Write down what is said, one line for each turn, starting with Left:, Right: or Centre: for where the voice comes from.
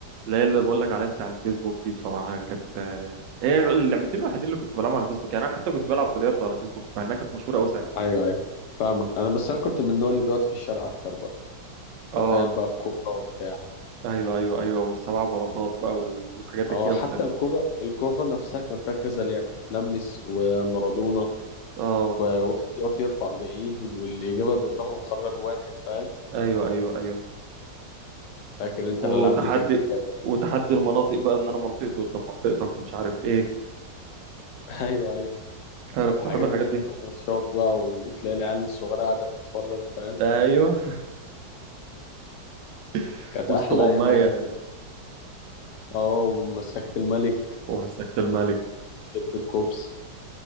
Right: اللي هي اللي بقول لك عليها بتاع الفيسبوك دي بصراحة كانت آه، هي اللعبتين الوحيدين اللي كنت بلعبهم على الفيسبوك يعني انا حتى كنت بلعب بلياردو على فيسبوك مع انها كانت مشهورة قوي ساعتها
Left: أيوه أيوه فاهمك أنا بس أنا كنت من النوع اللي بيقعد في الشارع أكتر بقى
Right: اه
Left: أنت فاهم بقى الكورة وبتاع
Right: ايوه ايوه ايوه والسبع بلاطات بقى والحاجات الجامدة
Left: أه حتى
Right: دي
Left: الكورة الكورة نفسها كان فيها كذا لعبة لمس ومارادونا
Right: اه
Left: وواحد يقف يرفع بعيد واللي جابها بدماغه خرج واحد فاهم
Right: ايوه ايوه ايوه
Left: فاكر أنت
Right: وتحدي
Left: الألعاب دي كانت جامدة أوي
Right: وتحدي المناطق بقى ان انا منطقتي قدام منطقتك ومش عارف ايه
Left: <laughs> أيوه أيوه
Right: انا
Left: كانت
Right: كنت
Left: الحاجات
Right: بحب الحاجات
Left: دي جامدة
Right: دي
Left: وماتشات بقى وتلاقي العيال الصغيرة قاعدة بتتفرج فاهم
Right: ايوه <laughs>
Left: كانت
Right: واستغماية
Left: أحلى أيام يا أخي بجد اه ومسكت الملك
Right: ومسكت الملك
Left: شدة كوبس